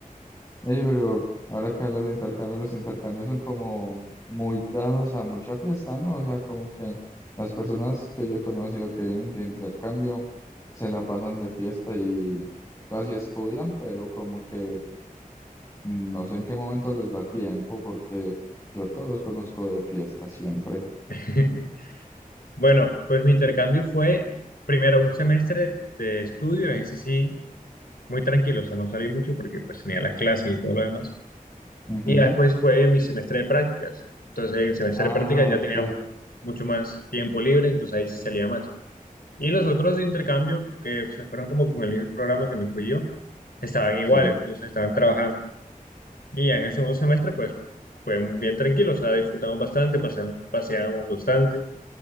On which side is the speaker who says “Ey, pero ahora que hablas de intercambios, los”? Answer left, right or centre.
Left